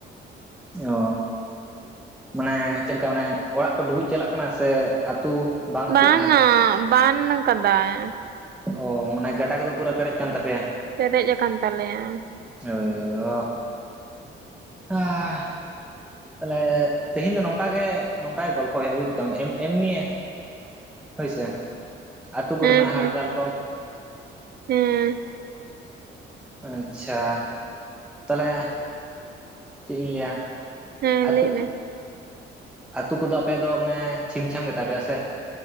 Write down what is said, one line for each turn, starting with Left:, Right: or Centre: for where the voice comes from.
Centre: ᱳ ᱢᱟᱱᱮ ᱪᱮᱫᱮᱠᱟ ᱢᱟᱱᱮ ᱚᱲᱟᱜ ᱠᱚ ᱰᱩᱵᱩᱡ ᱪᱟᱞᱟᱜ ᱠᱟᱱᱟ ᱥᱮ ᱟᱹᱛᱩ ᱵᱟᱝ ᱟᱹᱛᱩᱜ
Right: ᱵᱟᱝᱼᱟ
Centre: ᱠᱟᱱᱟ?
Right: ᱵᱟᱱ ᱠᱟᱫᱟᱭ᱾
Centre: ᱳ ᱢᱟᱱᱮ ᱜᱟᱰᱟ ᱠᱚᱫᱚ ᱯᱩᱨᱟᱹ ᱯᱮᱨᱮᱡ ᱠᱟᱱ ᱛᱟᱯᱮᱭᱟ
Right: ᱯᱮᱨᱮᱡ ᱟᱠᱟᱱ ᱛᱟᱞᱮᱭᱟ᱾
Centre: ᱦᱳᱭ ᱳ ᱟᱻ ᱛᱟᱦᱞᱮ ᱛᱮᱦᱤᱧ ᱫᱚ ᱱᱳᱝᱠᱟ ᱜᱮ ᱱᱚᱝᱠᱟ ᱜᱮ ᱜᱚᱞᱯᱷᱚ ᱦᱩᱭᱩᱜᱼᱟ ᱵᱩᱡᱽᱫᱟᱢ ᱮᱢ ᱮᱢᱱᱤ ᱦᱟᱹᱭᱥᱮ ᱟᱹᱛᱩ ᱠᱚᱨᱮᱱᱟᱜ
Right: ᱦᱮᱸ
Centre: ᱦᱟᱞᱪᱟᱞ
Right: ᱦᱮᱸ
Centre: ᱠᱚ
Right: ᱦᱮᱸ
Centre: ᱟᱪᱷᱟ ᱛᱟᱦᱞᱮ ᱪᱮᱫ ᱤᱧ ᱞᱟᱹᱭᱟ?
Right: ᱦᱮᱸ
Centre: ᱟᱹᱛᱩᱜ
Right: ᱞᱟᱹᱭ ᱢᱮ
Centre: ᱟᱹᱛᱩ ᱠᱚᱫᱚ ᱟᱯᱮ ᱫᱚ ᱢᱟᱱᱮ ᱪᱷᱤᱢ ᱪᱷᱟᱢ ᱜᱮ ᱛᱟᱯᱮᱭᱟ ᱥᱮ?